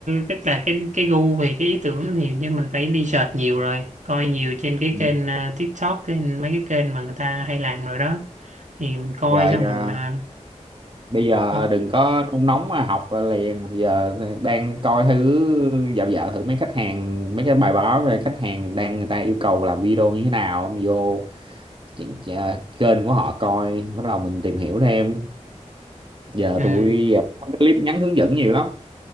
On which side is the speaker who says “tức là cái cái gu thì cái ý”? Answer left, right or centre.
Right